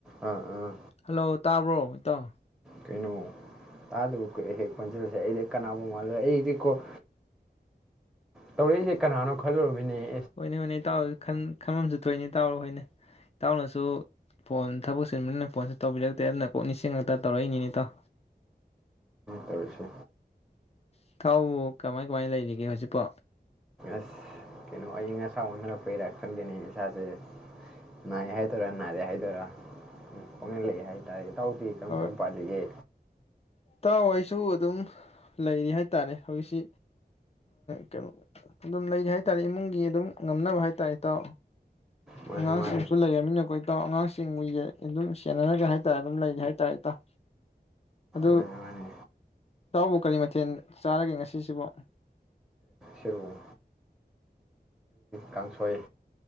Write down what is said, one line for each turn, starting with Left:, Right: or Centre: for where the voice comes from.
Centre: ꯑꯥ ꯑꯥ
Left: ꯍꯜꯂꯣ ꯇꯥꯕ꯭ꯔꯣ ꯏꯇꯥꯎ
Centre: ꯀꯩꯅꯣ ꯇꯥꯗꯕ ꯀꯨꯏꯔꯦꯍꯦ ꯈꯣꯟꯖꯦꯜꯁꯦ ꯑꯩꯗꯤ ꯀꯅꯥꯕꯨ ꯃꯥꯜꯂꯨꯔꯦ ꯑꯩꯗꯤꯀꯣ ꯇꯧꯔꯛꯏꯁꯦ ꯀꯅꯥꯅꯣ ꯈꯜꯂꯨꯔꯤꯃꯤꯅꯦꯍꯦ
Left: ꯍꯣꯏꯅꯦ ꯍꯣꯏꯅꯦ ꯏꯇꯥꯎꯁꯨ ꯈꯟ ꯈꯟꯐꯝꯁꯨ ꯊꯣꯛꯏꯅꯦ ꯢꯇꯥꯎ ꯍꯣꯏꯅ ꯏꯇꯥꯎꯅꯁꯨ ꯐꯣꯟ ꯊꯕꯛ ꯁꯤꯟꯕꯅꯤꯅ ꯐꯣꯟꯁꯨ ꯇꯧꯕꯤꯔꯛꯇꯦ ꯑꯗꯨꯅ ꯀꯣꯛ ꯅꯤꯡꯁꯤꯡꯉꯛꯇꯅ ꯇꯧꯔꯛꯏꯅꯤꯅꯦ ꯏꯇꯥꯎ
Centre: ꯇꯧꯔꯤꯁꯤ
Left: ꯏꯇꯥꯎꯕꯨ ꯀꯃꯥꯏ ꯀꯃꯥꯏ ꯂꯩꯔꯤꯒꯦ ꯍꯧꯖꯤꯛꯄꯣ
Centre: ꯑꯁ ꯀꯩꯅꯣ ꯑꯏꯪ ꯑꯁꯥ ꯑꯣꯟꯅꯔꯛꯄꯩꯔꯥ ꯈꯪꯗꯦꯅꯦ ꯏꯁꯥꯁꯦ ꯅꯥꯏꯑꯦ ꯍꯥꯏꯗꯣꯏꯔꯥ ꯅꯥꯗꯦ ꯍꯥꯏꯗꯣꯏꯔꯥ ꯄꯥꯪꯂꯩ ꯂꯩ ꯍꯥꯏꯇꯥꯔꯦ ꯏꯇꯥꯎꯗꯤ ꯀꯔꯝ
Left: ꯍꯣꯏ
Centre: ꯀꯔꯝ ꯄꯥꯜꯂꯤꯒꯦ
Left: ꯏꯇꯥꯎ ꯑꯩꯁꯨ ꯑꯗꯨꯝ ꯂꯩꯔꯤ ꯍꯥꯏ ꯇꯥꯔꯦ ꯍꯧꯖꯤꯛꯁꯤ ꯀꯩꯅꯣ ꯑꯗꯨꯝ ꯂꯩꯔꯤ ꯍꯥꯏ ꯇꯥꯔꯦ ꯏꯃꯨꯡꯒꯤ ꯑꯗꯨꯝ ꯉꯝꯅꯕ ꯍꯥꯏ ꯇꯥꯔꯦ ꯏꯇꯥꯎ
Centre: ꯃꯥꯅꯤ
Left: ꯑꯉꯥꯡꯁꯤꯡꯁꯨ
Centre: ꯃꯥꯅꯤ
Left: ꯂꯩꯔꯕꯅꯤꯅꯥ ꯑꯩꯈꯣꯏ ꯏꯇꯥꯎ ꯑꯉꯥꯡꯁꯤꯡꯕꯨ ꯑꯗꯨꯝ ꯁꯦꯟꯅꯔꯒ ꯍꯥꯏ ꯇꯥꯔꯦ ꯑꯗꯨꯝ ꯂꯩꯔꯤ ꯍꯥꯏ ꯇꯥꯔꯦ ꯏꯇꯥꯎ ꯑꯗꯨ
Centre: ꯃꯥꯅꯤ ꯃꯥꯅꯤ
Left: ꯏꯇꯥꯎꯕꯨ ꯀꯔꯤ ꯃꯊꯦꯜ ꯆꯥꯔꯒꯦ ꯉꯁꯤꯁꯤꯕꯣ
Centre: ꯁꯣꯏꯕꯨꯝ ꯀꯥꯡꯁꯣꯏ